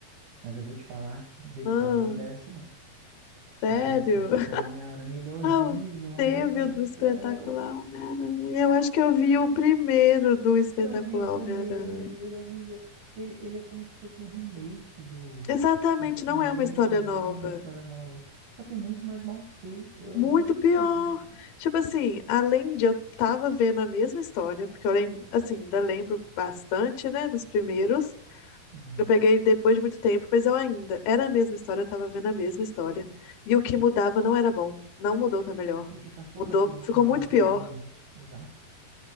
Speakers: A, on the right; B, on the left.
A: Mas eu vou te falar que depois
B: ah,
A: não desce, não.
B: sério?
A: Aquele espetacular
B: <laughs>
A: Homem-Aranha, ele é horrível,
B: Ah, o-
A: amiga
B: teve o
A: do
B: do
A: céu.
B: Espetacular Homem-Aranha. Eu acho
A: Não,
B: que eu vi o primeiro do Espetacular
A: eu vi o primeiro
B: Homem-Aranha.
A: e ele é horrível. Ele, ele é como se fosse um remake do,
B: Exatamente,
A: dos primeiros,
B: não é uma história nova.
A: não é uma história nova. Só que é muito mais mal feito, é
B: Muito
A: horrível.
B: pior. Tipo assim, além de eu tava vendo a mesma história, porque eu lembro, assim, ainda lembro bastante, né, dos primeiros.
A: Sim.
B: Eu peguei depois de muito tempo, mas eu ainda era a mesma história, eu tava vendo a mesma história. E o que mudava não era bom, não mudou pra melhor.
A: Isso, as poucas
B: Mudou,
A: coisas
B: ficou
A: que mudaram
B: muito
A: pioraram
B: pior,
A: muito. Exato.